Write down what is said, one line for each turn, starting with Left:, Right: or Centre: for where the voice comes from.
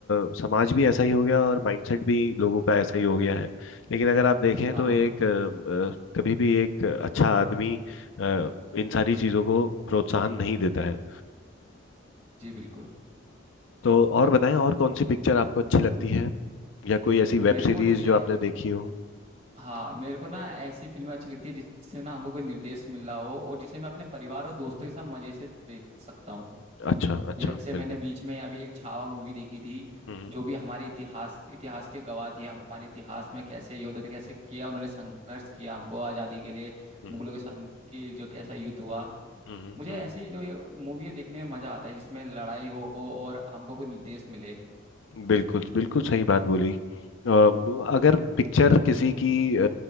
Left: अ, समाज भी ऐसा ही हो गया और माइंडसेट भी लोगों का ऐसा ही हो गया है लेकिन अगर आप देखें
Right: हाँ
Left: तो एक अ, अ, कभी भी एक अच्छा आदमी अ, इन सारी चीज़ों को प्रोत्साहन नहीं देता है
Right: जी बिल्कुल
Left: तो और बताएं और कौन सी पिक्चर आपको अच्छी लगती है या कोई ऐसी वेब
Right: मेरे
Left: सीरीज
Right: को जैसे
Left: जो आपने देखी हो
Right: हाँ मेरे को ना ऐसी फिल्में अच्छी लगती है जिससे ना हमको कोई निर्देश मिल रहा हो और जिसे मैं अपने परिवार और दोस्तों के साथ मजे से देख सकता हूँ
Left: अच्छा अच्छा
Right: जैसे
Left: बिल्कुल
Right: मैंने बीच में अभी एक छावा मूवी देखी थी
Left: हम्म
Right: जो भी हमारे इतिहास इतिहास की गवाह थी हमारे इतिहास में कैसे योद्धा थे कैसे किया उन्होंने संघर्ष किया हमको आज़ादी के लिए
Left: हम्म
Right: मुगलों के साथ उनकी जो कैसा युद्ध हुआ
Left: हम्म
Right: मुझे
Left: हम्म हम्म
Right: ऐसी जो मूवी देखने में मजा आता है जिसमें लड़ाई हो और हमको कोई निर्देश मिले
Left: बिल्कुल बिल्कुल सही बात बोली अ, ब- अगर पिक्चर किसी की अ,